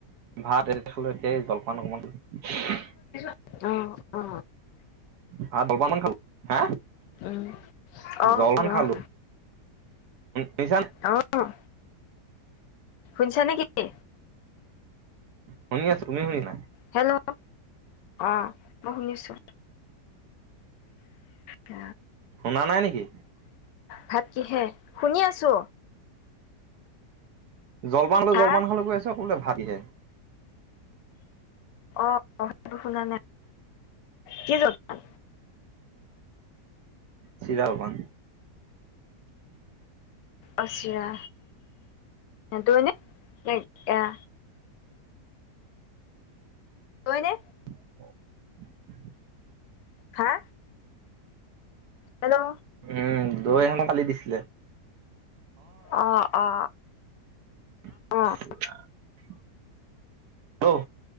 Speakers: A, on the right; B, on the left.
A: ভাত এৰি খালোঁ এতিয়াই জলপান অকণমান
B: অ অ
A: হ জলপান খালো হা
B: উম, অ',
A: জল পান খালো পছ
B: অ', শুনিছা নে কি
A: শুনি আছো তুমি শুনি নাই
B: হেল্ল' অ মই শুনিছো হ
A: শুনা নাই নেকি?
B: ভাত কিহে? শুনি আছো।
A: জলপান খালোঁ
B: ভাত
A: জলপান খালোঁ কৰি আছোঁ, আকৌ বোলে ভাত কিহেৰে?
B: অ, সেইটো শুনা নাই। কি জলপান?
A: চিৰা জলপান।
B: অ চিৰা। দৈ নে? নে এৰা? দৈ নে?
A: <inaudible>
B: হা? হেল্ল'
A: উম দৈ অলপ কালি দিছিলে।
B: অ, অ।
A: <unintelligible>
B: অ',
A: হেল